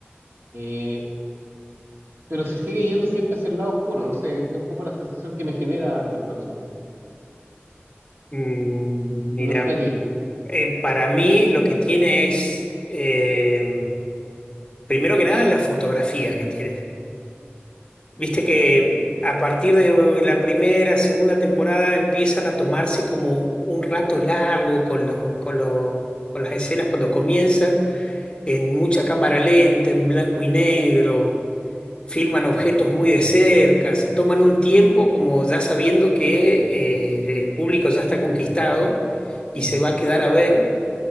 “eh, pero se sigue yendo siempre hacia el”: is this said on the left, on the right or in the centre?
Right